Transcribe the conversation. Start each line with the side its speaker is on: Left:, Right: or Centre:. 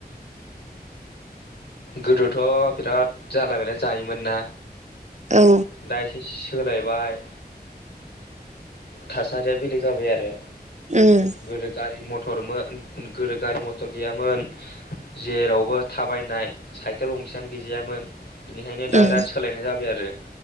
Left: गोदोथ' बिराद जानला मोनला जायोमोन ना
Right: औ
Left: दा एसे सोलायबाय थासारिया बेलेग जाबाय आरो
Right: ओम
Left: गोदो गारि मथरमोन गोदो गारि मथर गैयामोन जेरावबो थाबायनाय साइकेल गंसेयानो गैजायामोन बिनिखायनो दा
Right: उम
Left: इराद सोलायनाय जाबाय आरो रो